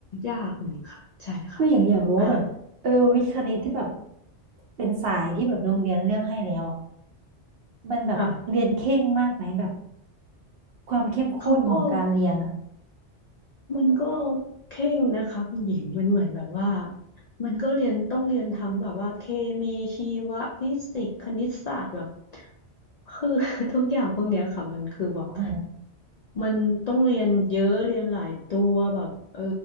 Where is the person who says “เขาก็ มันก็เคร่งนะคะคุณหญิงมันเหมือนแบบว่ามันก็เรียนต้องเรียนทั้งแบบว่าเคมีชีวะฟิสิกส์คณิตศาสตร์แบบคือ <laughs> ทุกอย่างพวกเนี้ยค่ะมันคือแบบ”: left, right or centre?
Left